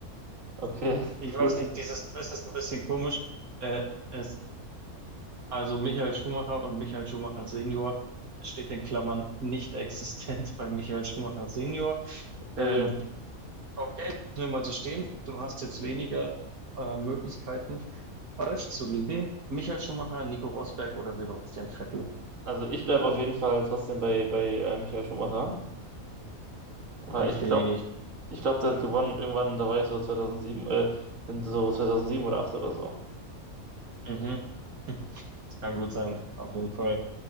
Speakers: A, on the right; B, on the right.
A: okay,
B: Ich
A: <laughs>
B: weiß
A: cool.
B: nicht, dieses Quiz ist ein bisschen komisch. Äh, es, also Michael Schumacher und Michael Schumacher Senior Es steht in Klammern nicht existent <laughs> bei Michael Schumacher Senior.
A: Verstehe.
B: Ähm, okay, lassen wir mal so stehen. Du hast jetzt weniger äh, Möglichkeiten, falsch zu liegen. Michael Schumacher, Nico Rosberg oder Sebastian Vettel.
A: Also ich bleibe auf jeden Fall trotzdem bei, bei äh, Michael Schumacher, weil
B: Richtig.
A: ich glaube, ich glaube, der hat gewonnen irgendwann, da war ich so 2007, äh, in so 2007 oder 8 oder so.
B: Mhm. <laughs> Das kann gut sein. Auf jeden Fall